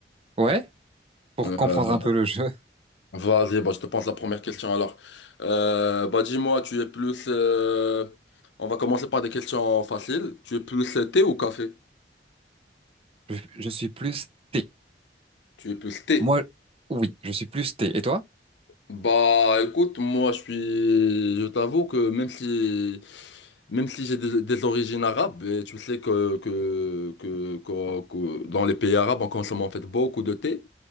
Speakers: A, on the right (about 35°); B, on the left (about 85°).
A: Ouais, pour
B: Euh,
A: comprendre un peu le jeu,
B: vas-y, bah, je te pose la première question alors. Euh, bah, dis-moi, tu es plus... euh, on va commencer par des questions faciles. Tu es plus euh, thé ou café?
A: <laughs> je, je suis plus T.
B: Tu es plus T.
A: Moi, oui, je suis plus T. Et toi?
B: Bah écoute, moi je suis. Je t'avoue que même si même si j'ai des, des origines arabes, et tu sais que, que, que, que- que dans les pays arabes, on consomme en fait beaucoup de thé.